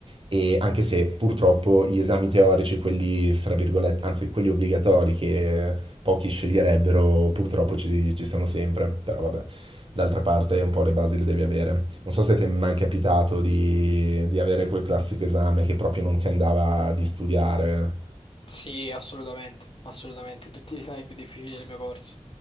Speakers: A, on the right; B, on the left.
A: e anche se purtroppo gli esami teorici, quelli fra virgolette, anzi quelli obbligatori che pochi sceglierebbero, purtroppo ci, ci sono sempre, però vabbè, d'altra parte un po' le basi le devi avere. Non so se ti è mai capitato di, di avere quel classico esame che proprio non ti andava di studiare.
B: Sì, assolutamente, assolutamente, tutti gli esami più difficili del mio corso.